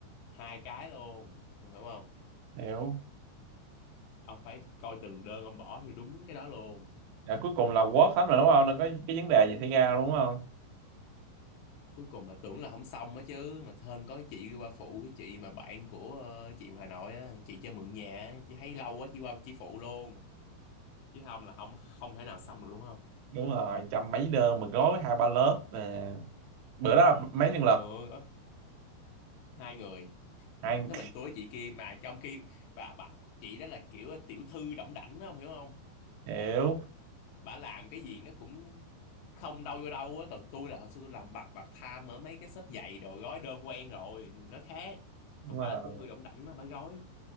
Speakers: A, on the left; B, on the right.
A: hai cái luôn Ông hiểu không
B: hiểu
A: ông phải coi từng đơn ông bỏ thì đúng cái đó luôn
B: Dạ, cuối cùng là quất hết rồi đúng không đâu có cái vấn đề gì xảy ra đâu đúng không
A: cuối cùng là tưởng là không xong á chứ mà hên có cái chị qua phụ cái chị mà bạn của ờ, chị Hà Nội á chị cho mượn nhà á, chị thấy lâu quá chị qua chị phụ luôn chứ không là không không thể nào xong được luôn không
B: đúng rồi trăm mấy đơn mà gói hai ba lớp mà bữa đó là mấy nhân lực
A: ừ đó hai người
B: ăn
A: thế mình tôi chị kia mà trong khi bà bà chị đó là kiểu tiểu thư đỏng đảnh đó, ông hiểu không
B: hiểu
A: bà làm cái gì nó cũng không đâu vô đâu á còn tôi là hồi xưa tôi làm part part time ở mấy cái shop giày đồ gói đơn quen rồi nó khác
B: đúng
A: còn
B: rồi
A: bà tiểu thư đỏng đảnh đó, bà gói